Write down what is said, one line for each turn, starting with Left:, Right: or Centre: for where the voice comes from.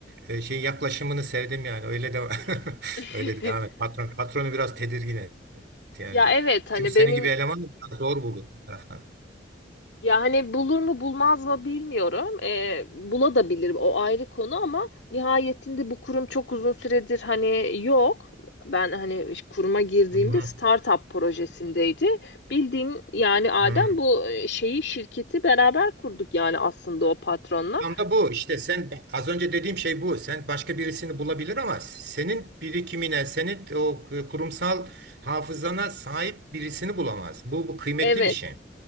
Right: e, şey yaklaşımını sevdim yani. Öyle de <laughs>
Left: <laughs>
Right: öyle devam et. Patron patronu biraz tedirgin et yani.
Left: Ya evet hani
Right: Çünkü senin
Left: benim
Right: gibi eleman da biraz zor bulur bir taraftan.
Left: ya hani bulur mu bulmaz mı bilmiyorum. Ee, bula da bilir o ayrı konu ama nihayetinde bu kurum çok uzun süredir hani yok. Ben hani iş- kuruma girdiğimde
Right: Hı hı.
Left: startup projesindeydi. Bildiğin yani Adem
Right: Hı.
Left: bu e, şeyi şirketi beraber kurduk yani aslında o patronla.
Right: Tam da bu işte sen az önce dediğim şey bu. Sen başka birisini bulabilir ama senin birikimine, senin o e, kurumsal hafızana sahip birisini bulamaz. Bu bu kıymetli
Left: Evet.
Right: bir şey.